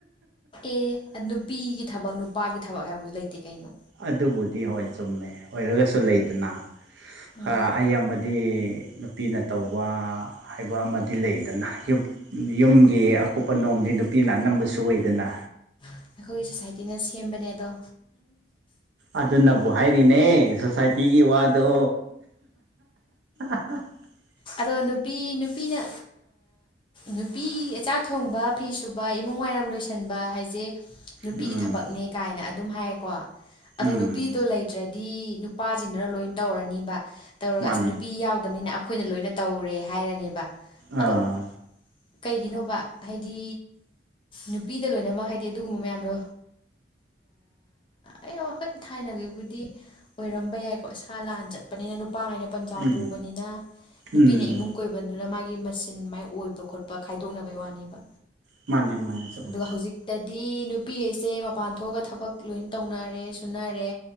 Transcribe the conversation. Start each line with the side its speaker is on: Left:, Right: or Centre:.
Left: ꯑꯦ ꯅꯨꯄꯤꯒꯤ ꯊꯕꯛ ꯅꯨꯄꯥꯒꯤ ꯊꯕꯛ ꯍꯥꯏꯕꯁꯨ ꯂꯩꯇꯦ ꯀꯩꯅꯣ
Right: ꯑꯗꯨꯕꯨꯗꯤ ꯍꯣꯏ ꯆꯨꯝꯃꯦ ꯑꯣꯏꯔꯒꯁꯨ ꯂꯩꯗꯅ
Left: ꯎꯝ
Right: ꯈꯔ ꯑꯌꯥꯝꯕꯗꯤ ꯅꯨꯄꯤꯅ ꯇꯧꯕ ꯍꯥꯏꯕ ꯑꯃꯗꯤ ꯂꯩꯗꯅꯨꯝ ꯌꯨꯝꯒꯤ ꯑꯀꯨꯞꯄ ꯅꯣꯝꯗꯤ ꯅꯨꯄꯤꯅ ꯑꯅꯝꯕꯁꯨ ꯑꯣꯏꯗꯅ
Left: ꯑꯩꯈꯣꯏꯒꯤ ꯁꯣꯁꯥꯏꯇꯤꯅ ꯁꯦꯝꯕꯅꯦ ꯑꯗꯣ
Right: ꯑꯗꯨꯅꯕꯨ ꯍꯥꯏꯔꯤꯅꯦ ꯁꯣꯁꯥꯏꯇꯤꯒꯤ ꯋꯥꯗꯣ <unintelligible>
Left: ꯑꯥꯗꯣ ꯅꯨꯄꯤ ꯅꯨꯄꯤꯅ ꯅꯨꯄꯤ ꯆꯥꯛ ꯊꯣꯡꯕ ꯐꯤ ꯁꯨꯕ ꯏꯃꯨꯡ ꯋꯥꯏꯔꯝ ꯂꯣꯏꯁꯟꯕ ꯍꯥꯏꯁꯦ ꯅꯨꯄꯤꯒꯤ
Right: ꯎꯝ
Left: ꯊꯕꯛꯅꯦ ꯀꯥꯏꯅ ꯑꯗꯨꯝ ꯍꯥꯏꯌꯦꯀꯣ ꯑꯗꯣ
Right: ꯎꯝ
Left: ꯅꯨꯄꯤꯗꯣ ꯂꯩꯇ꯭ꯔꯗꯤ ꯅꯨꯄꯥꯁꯤꯡꯗꯨꯅ ꯂꯣꯏꯅ ꯇꯧꯔꯅꯤꯕ ꯇꯧꯔꯒ
Right: ꯃꯥꯅꯦ
Left: ꯑꯁ ꯅꯨꯄꯤ ꯌꯥꯎꯗꯕꯅꯤꯅ ꯑꯩꯈꯣꯏꯅ ꯂꯣꯏꯅ ꯇꯧꯔꯦ ꯍꯥꯏꯔꯅꯦꯕ ꯑꯗꯣ
Right: ꯑꯥ
Left: ꯀꯩꯒꯤꯅꯣꯕ ꯍꯥꯏꯗꯤ ꯅꯨꯄꯤꯗ ꯂꯣꯏꯅꯃꯛ ꯍꯥꯏꯗꯤ ꯑꯗꯨꯒꯨꯝꯕ ꯃꯌꯥꯝꯗꯣ ꯑꯩ ꯍꯣꯏ ꯊꯥꯏꯅꯒꯤꯕꯨꯗꯤ ꯑꯣꯏꯔꯝꯕ ꯌꯥꯏꯀꯣ ꯁꯥꯥ ꯂꯥꯟ ꯆꯠꯄꯅꯤꯅ ꯅꯨꯄꯥꯉꯥꯏꯅ ꯄꯟꯖꯥꯎ
Right: ꯎꯝ
Left: ꯄꯨꯕꯅꯤꯅ
Right: ꯎꯝ
Left: ꯅꯨꯄꯤꯅ
Right: ꯎꯝ
Left: ꯏꯃꯨꯡ ꯀꯣꯏꯕꯟꯗꯨꯅ ꯃꯥꯒꯤ ꯃꯁꯤꯡꯆꯤꯟ ꯃꯥꯏ ꯑꯣꯏꯕ ꯈꯣꯠꯄ ꯈꯥꯏꯗꯣꯛꯅꯕꯩ ꯋꯥꯅꯦꯕ
Right: ꯃꯥꯅꯦ ꯃꯥꯅꯦ ꯆꯨꯝꯃꯦ
Left: ꯑꯗꯨꯒ ꯍꯧꯖꯤꯛ ꯑꯗꯗꯤ ꯅꯨꯄꯤꯈꯩꯁꯦ ꯃꯄꯥꯟ ꯊꯣꯛꯑꯒ ꯊꯕꯛ ꯂꯣꯏ ꯇꯧꯅꯔꯦ ꯁꯨꯅꯔꯦ